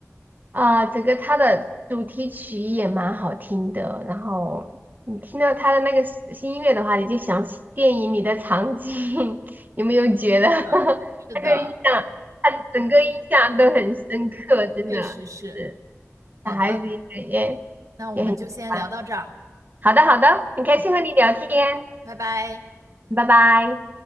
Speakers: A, on the right; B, on the right.
A: 啊，整个它的主题曲也蛮好听的，然后你听到它的那个新音乐的话，你就想起电影里的场景，<laughs> 有没有觉得 <laughs>
B: 嗯，是的，
A: 那个印象，它整个印象都很深刻，真的是
B: 确实是。好的，
A: 小孩子也也
B: 那我们就先聊到这儿。
A: 也很喜欢。好的，好的，很开心和你聊天，
B: 嗯，拜拜。
A: 拜拜。